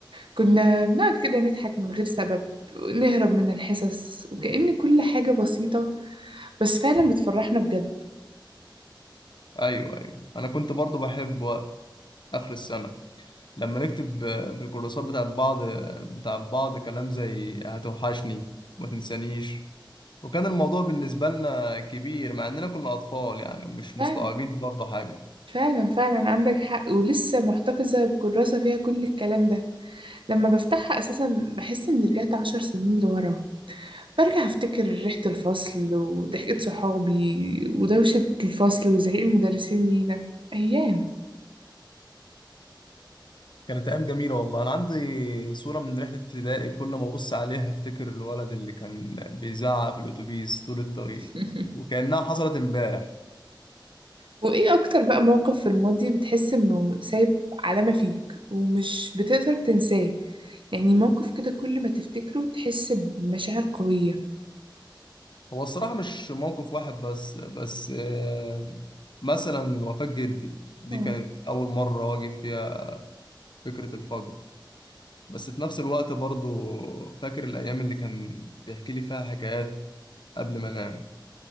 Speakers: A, on the right; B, on the left.
A: كنا بنقعد كده نضحك من غير سبب نهرب من الحصص وكأن كل حاجة بسيطة بس فعلا بتفرحنا بجد
B: ايوه ايوه انا كنت برضو بحب وقت اخر السنه لما نكتب آه، في الكورسات بتاعت بعض بتاع بعض كلام زي هتوحشني ما تنسانيش وكان الموضوع بالنسبه لنا كبير مع اننا كنا اطفال يعني مش
A: فعلا
B: مستوعبين برضو حاجه
A: فعلا فعلا عندك حق ولسه محتفظة بكراسة فيها كل الكلام ده لما بفتحها أساسا بحس إني رجعت عشر سنين لورا برجع أفتكر ريحة الفصل وضحكة صحابي ودوشة الفصل وزعيق المدرسين لينا أيام
B: كانت أيام جميلة والله أنا عندي صورة من رحلة ابتدائي كل ما أبص عليها أفتكر الولد اللي كان بيزعق في الأتوبيس طول الطريق
A: <laughs>
B: وكأنها حصلت إمبارح
A: وإيه أكتر بقى موقف في الماضي بتحس إنه سايب علامة فيك ومش بتقدر تنساه يعني موقف كده كل ما تفتكره تحس بمشاعر قوية
B: هو الصراحة مش موقف واحد بس بس آه، مثلا وفاة جدي دي
A: اه
B: كانت أول مرة واجه فيها فكرة الفقد بس في نفس الوقت برضو فاكر الأيام اللي كان بيحكي لي فيها حكايات قبل ما أنام